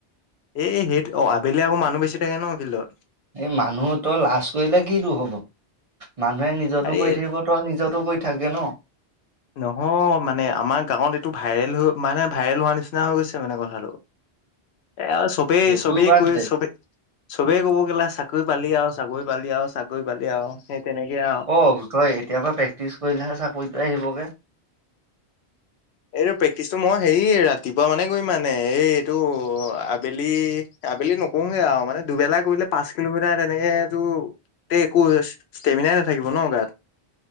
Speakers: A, on the left; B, on the right.
A: এ সেইটো অ আবেলি আকৌ মানুহ বেছি থাকে ন ফিল্ডত।
B: এই মানুহ তই লাজ কৰিলে কিটো হ'ব? মানুহে নিজতো
A: আৰে,
B: কৰি থাকিব তই নিজতো কৰি থাকে ন
A: নহয় মানে আমাৰ গাঁৱত এইটো ভাইৰেল হৈ মানে ভাইৰেল হোৱাৰ নিচিনা হৈ গৈছে মানে কথাটো। এই আৰু চবেই
B: সেইটো
A: চবেই
B: বাদ
A: কৈ
B: দে
A: চবেই চবেই কব কেলা চাকৰি পালি আৰু। চাকৰি পালি আৰু চাকৰি পালি আৰু সেই তেনেকে আৰু।
B: ক তই এতিয়া পৰা প্ৰেক্টিচ কৰিলেহে চাকৰিটো আহিবগে।
A: এইটো প্ৰেক্টিচটো মই হেৰি ৰাতিপুৱা মানে কৰিম মানে এই এইটো আবেলি আবেলি নকৰোগে আৰু মানে দুবেলা কৰিলে পাঁচ কিলোমিটাৰ তেনেকেটো একো ষ্টেমিনাই নাথাকিব ন গাত।